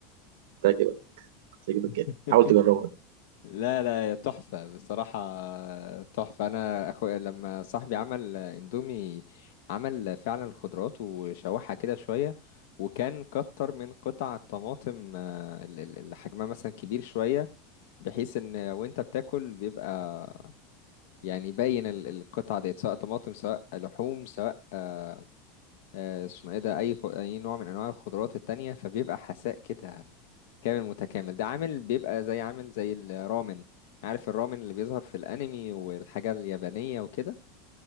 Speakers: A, on the right (about 80°); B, on the left (about 70°).
A: هتعجبك هتعجبك
B: <laughs>
A: جدا حاول تجربها
B: لا لا يا تحفة بصراحة آه، تحفة أنا أخويا لما صاحبي عمل إندومي عمل فعلا خضروات وشوحها كده شوية وكان كتر من قطع الطماطم آه، ال- ال- اللي حجمها مثلا كبير شوية بحيث إن وأنت بتاكل بيبقى يعني باين ال- القطعة ديت سواء طماطم سواء لحوم سواء آه، آه، اسمه ايه ده اي خ... اي نوع من انواع الخضروات التانية فبيبقى حساء كده كامل متكامل ده عامل بيبقى زي عامل زي الرامن عارف الرامن اللي بيظهر في الانمي والحاجة اليابانية وكده